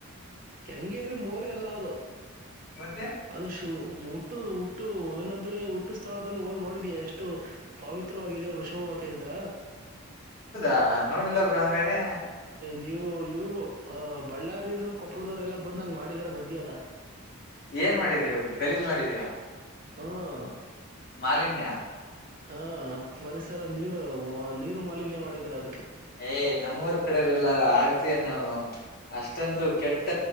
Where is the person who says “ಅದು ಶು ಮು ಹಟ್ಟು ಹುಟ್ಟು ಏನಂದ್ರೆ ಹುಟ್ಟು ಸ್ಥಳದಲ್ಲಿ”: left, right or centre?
Right